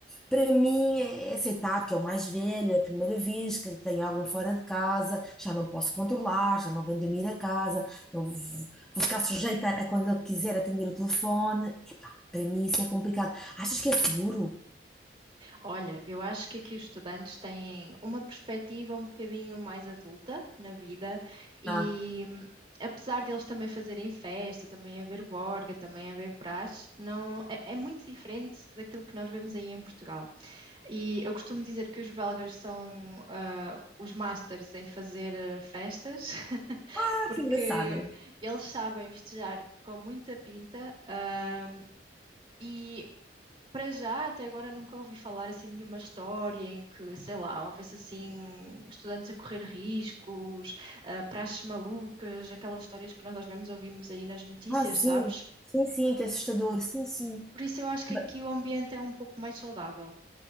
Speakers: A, in the centre; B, on the right.
A: Para mim é é aceitar que é o mais velho, é a primeira vez que tenho algum fora de casa, já não posso controlar, já não venho dormir a casa, não vou, vou ficar sujeita a quando ele quiser atender o telefone. Epá, para mim isso é complicado. Achas que é seguro?
B: Olha, eu acho que aqui os estudantes têm uma perspectiva um bocadinho mais adulta na vida e
A: Ah,
B: hum, apesar deles também fazerem festa, também haver borga, também haver praxe, não, é, é muito diferente daquilo que nós vemos aí em Portugal. E eu costumo dizer que os belgas são ah, os masters em fazer ah, festas, <laughs>
A: ah,
B: porque
A: que engraçado.
B: eles sabem festejar com muita pinta, ah, e para já, até agora nunca ouvi falar assim de nenhuma história em que, sei lá, houvesse assim estudantes a correr riscos, ah, praxes malucas, aquelas histórias que nós às vezes ouvimos aí nas notícias,
A: Ah, sim,
B: sabes?
A: sim, sim, que é assustador, sim, sim.
B: Por isso eu acho que
A: Ba-
B: aqui o ambiente é um pouco mais saudável.